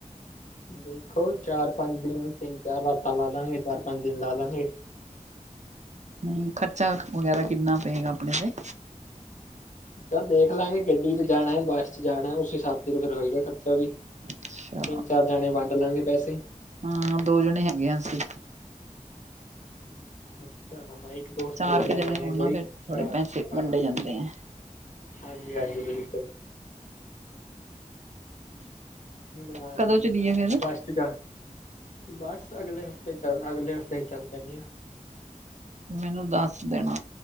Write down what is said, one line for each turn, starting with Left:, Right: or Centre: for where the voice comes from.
Left: ਦੇਖੋ ਚਾਰ-ਪੰਜ ਦਿਨ, ਤਿੰਨ-ਚਾਰ ਰਾਤਾਂ ਲਾ- ਲਾਗੇ, ਚਾਰ-ਪੰਜ ਦਿਨ ਲਾ-ਲਾਗੇ।
Right: ਹੂੰ, ਖਰਚਾ ਵਗੈਰਾ ਕਿੰਨਾ ਪਏਗਾ ਆਪਣੇ ਤੇ?
Left: ਚੱਲ ਦੇਖ ਲਾਂਗੇ ਗੱਡੀ ਚ ਜਾਣਾ, ਬੱਸ ਚ ਜਾਣਾ, ਉਸ ਹਿਸਾਬ ਚ ਫਿਰ ਹੋਏਗਾ ਖਰਚਾ ਵੀ।
Right: ਅੱਛਾ
Left: ਤਿੰਨ-ਚਾਰ ਜਾਣੇ ਵੰਡ ਲਵਾਂਗੇ ਪੈਸੇ‌
Right: ਹਾਂ, ਦੋ ਜਣੇ ਹੈਗੇ ਆ ਅਸੀ‌।
Left: ਅੱਛਾ। ਹਾਂ, ਇੱਕ ਦੋਸਤ
Right: ਚਾਰ
Left: ਹੋਰ
Right: ਕੁ
Left: ਲੈ
Right: ਜਣੇ
Left: ਜਾਗੇ
Right: ਹੋਣ
Left: ਕੋਈ
Right: ਨਾ ਫਿਰ
Left: ਚਾਰ,
Right: ਥੋੜੇ ਪੈਸੇ
Left: ਹਾਂ।
Right: ਵੰਡੇ ਜਾਂਦੇ ਆ
Left: ਹਾਂਜੀ-ਹਾਂਜੀ, ਬਿਲਕੁਲ। ਮਨਾਲੀ
Right: ਕਦੋਂ ਚਲੀਏ
Left: <unintelligible>
Right: ਫਿਰ
Left: ਬਸ <unintelligible> ਬਸ ਅਗਲੇ ਹਫ਼ਤੇ ਚੱਲ, ਅਗਲੇ ਹਫ਼ਤੇ ਚੱਲ ਪੈਂਨੇ ਆ।
Right: ਮੈਨੂੰ ਦੱਸ ਦੇਣਾ